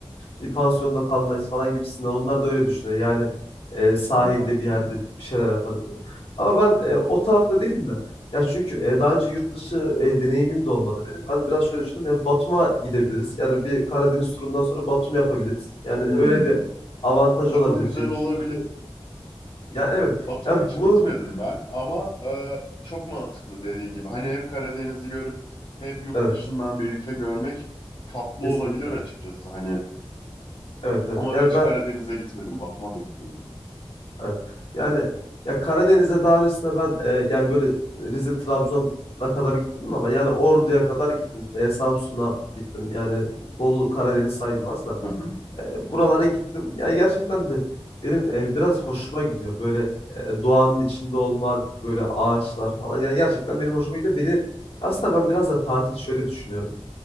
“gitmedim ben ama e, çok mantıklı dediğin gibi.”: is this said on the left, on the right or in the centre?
Left